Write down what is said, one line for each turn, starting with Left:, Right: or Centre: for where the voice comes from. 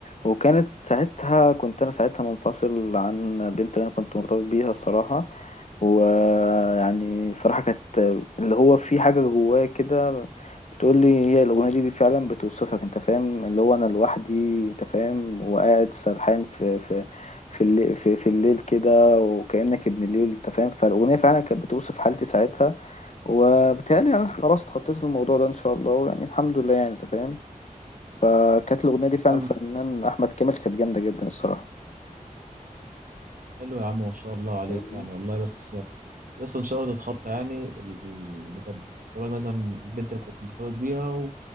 Left: وكانت ساعتها كنت أنا ساعتها منفصل عن البنت اللي أنا كنت مرتبط بيها الصراحة ويعني صراحة كانت اللي هو في حاجة جوايا كده بتقول لي هي الأغنية دي فعلا بتوصفك انت فاهم اللي هو انا لوحدي انت فاهم وقاعد سرحان في في في الليل في, في الليل كده وكأنك ابن الليل انت فاهم فالأغنية فعلا كانت بتوصف حالتي ساعتها وبالتالي انا خلاص اتخطيت الموضوع ده ان شاء الله يعني الحمد لله يعني انت فاهم فكانت الأغنية دي فعلا
Right: عم
Left: الفنان أحمد كامل كانت جامدة جدا الصراحة
Right: حلو يا عم ما شاء الله عليك
Left: فاهمني؟
Right: يعني والله بس اصلا انشرت الخط يعني اللي كانت بتحكي لك مثلا البنت اللي كنت مرتبط بيها و-